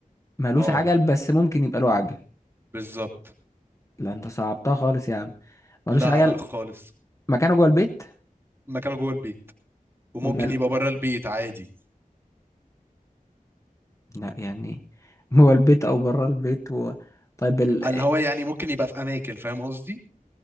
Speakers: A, on the left; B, on the right.
A: ملوش
B: اه
A: عجل بس ممكن يبقى له عجل
B: بالظبط
A: لا انت صعبتها خالص يا عم ملوش
B: لا
A: عجل
B: لا خالص
A: مكانه جوه البيت
B: مكانه جوه البيت وممكن
A: ومال
B: يبقى بره البيت عادي
A: لا يعني <laughs> جوه البيت او بره البيت و... طيب ال...
B: اللي هو يعني ممكن يبقى في اماكن فاهم قصدي